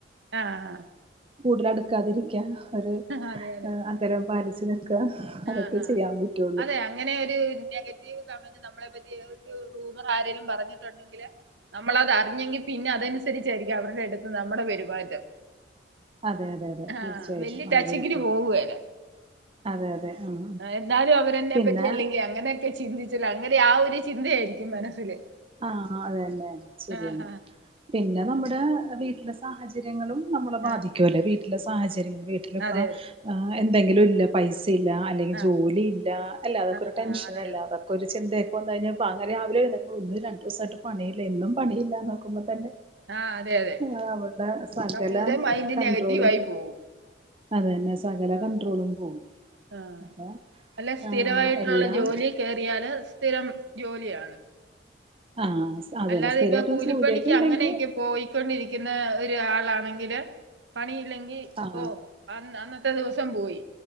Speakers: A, on the right; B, on the right.
A: ആഹ് ആഹ്
B: കൂടുതലടുക്കാതിരിക്ക ഒരു
A: ആഹ് അതെ അതെ
B: അകലം പാലിച്ച് നിൽക്ക അതൊക്കേ
A: ആഹ് ആഹ്
B: ചെയ്യാൻ പറ്റുവൊള്ളൂ.
A: അതെ അങ്ങനെ ഒരു നെഗറ്റീവ് കമന്റ്, നമ്മളെ പറ്റി ഒരു റൂമർ ആരേലും പറഞ്ഞിട്ടൊണ്ടെങ്കില് നമ്മളതറിഞ്ഞെങ്കി പിന്നെ അതനുസരിച്ചായിരിക്കും അവരുടെ അടുത്ത് നമ്മുടെ പെരുമാറ്റം.
B: അതെ അതെ അതെ തീർച്ചയായിട്ടും
A: ആ വലിയ
B: അങ്ങനാരിക്കും.
A: ടച്ചിങ്ങിന് പോകുകേല
B: അതെ അതെ ഉം
A: എന്നാലും അവരെന്നെ
B: പിന്നെ
A: പറ്റി അല്ലെങ്കിൽ അങ്ങനെയൊക്കെ ചിന്തിച്ചല്ലോ, അങ്ങനെ ആ ഒരു ചിന്തയായിരിക്കും മനസ്സില്.
B: ആഹ് അതന്നെ ശരിയാണ്,
A: ആ ആ
B: പിന്നെ നമ്മുടെ വീട്ടില് സാഹചര്യങ്ങളും നമ്മളെ ബാധിക്കുവല്ലോ,
A: ആ
B: വീട്ടിലെ സാഹചര്യം വീട്ടിലിപ്പ
A: അതെ അതെ
B: എന്തെങ്കിലും ഇല്ല, പൈസ ഇല്ല, അല്ലെങ്കിൽ
A: ആ
B: ജോലിയില്ല, അല്ല അതൊക്കെ
A: ആ
B: ഒരു ടെൻഷൻ
A: ആ അതെ
B: അല്ലാതെ
A: അതെ
B: ഒരു ചിന്തയൊക്കെ വന്നു കഴിഞ്ഞാ കാരണം രാവിലെ എഴുനെല്കുമ്പോ ഇന്നി രണ്ടുദിവസായിട്ട പണിയില്ല എന്നും, പണില്ലാന്നോർക്കുമ്പോ തന്നെ
A: ആ അതെ അതെ
B: ആഹ് അവർടെ സകല
A: അന്നേരം മൈൻഡ്
B: കണ്ട്രോളും
A: നെഗറ്റീവായി പോകും
B: അത് തന്നെ സകല
A: ആ
B: കൺണ്ട്രോളും പോകും.
A: ആ
B: പിന്നെ
A: അല്ല സ്ഥിരമായിട്ടുള്ള
B: ആഹ് എല്ലാം
A: ജോലി കേറിയാല് സ്ഥിരം ജോലിയാണ്.
B: ആഹ് അതന്നെ
A: അല്ലാതെ
B: സ്ഥിരായിട്ടൊരു
A: ഇപ്പ കൂലിപ്പണിയ്ക്ക്
B: ജോലിയൊക്കെ ഇണ്ടെങ്കി
A: അങ്ങനെയൊക്കെ പോയിക്കൊണ്ടിരിയ്ക്ക്ന്ന ഒരു ആളാണെങ്കില് പണിയില്ലെങ്കി
B: ആഹ്
A: ഓഹ് അന്ന് അന്നത്തെ ദിവസം പോയി